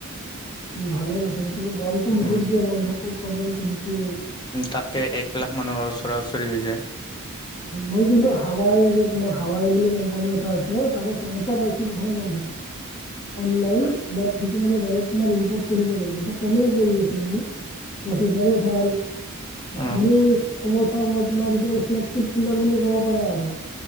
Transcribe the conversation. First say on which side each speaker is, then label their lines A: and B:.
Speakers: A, on the left; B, on the left.
A: ভালে আৰু ফোনটো কিন্তু দামটো বহুত
B: উম
A: যে বন্ধু মোৰ প্ৰব্লেমটো সেইটোৱেই।
B: তাকে, এক লাখ মানৰ ওচৰা-ওচৰি হৈ যায়।
A: মই কিন্তু হাৱাই যে তোমাৰ হাৱাই বুলি কোম্পানী এটা আছে তাৰে ফোন এটা পাইছিলো বন্ধু।
B: <unintelligible>
A: অনলাইন সেইটো মানে তোমাৰ ইম্পৰ্ট কৰিব লাগিব কমে পৰি যায় ফোনটো। প্ৰচেছৰো ভাল।
B: অঁ
A: বুলি ক'ব চাওঁ মই তোমাৰ এ ফ্লেকছিপ বুলি ক'ব পাৰা আৰু।